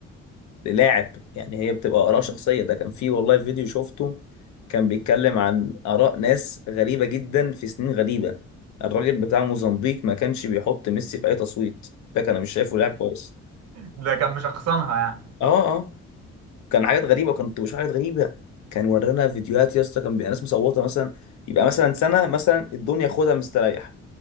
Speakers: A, on the left; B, on the right.
A: للاعب يعني هي بتبقى آراء شخصية
B: <laughs>
A: ده كان في والله فيديو شفته كان بيتكلم عن آراء ناس غريبة جدا في سنين غريبة الراجل بتاع موزمبيق ما كانش بيحط ميسي في أي تصويت ده كان مش شايفه لاعب كويس
B: ده كان مشخصنها يعني
A: اه اه كان حاجات غريبة كنت بشوف حاجات غريبة كان ورانا فيديوهات يا اسطى كان بيبقى ناس مصوتة مثلا يبقى مثلا سنة مثلا الدنيا خدها مستريح